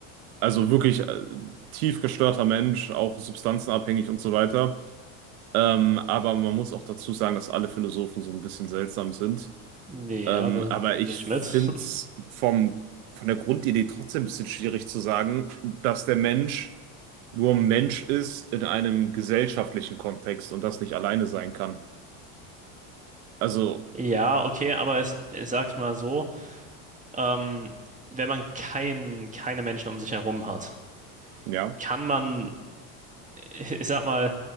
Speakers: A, on the right; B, on the right.
A: Also wirklich äh, tief gestörter Mensch, auch substanzenabhängig und so weiter. Ähm, aber man muss auch dazu sagen, dass alle Philosophen so ein bisschen seltsam sind.
B: ja,
A: Ähm,
B: da
A: aber ich
B: gehe ich
A: finde
B: mit. <laughs>
A: es vom, von der Grundidee trotzdem ein bisschen schwierig zu sagen, dass der Mensch nur Mensch ist in einem gesellschaftlichen Kontext und das nicht alleine sein kann. Also,
B: Ja, okay, aber es, ich sag's mal so, ähm, wenn man kein, keine Menschen um sich herum hat,
A: ja,
B: kann man ich sag mal,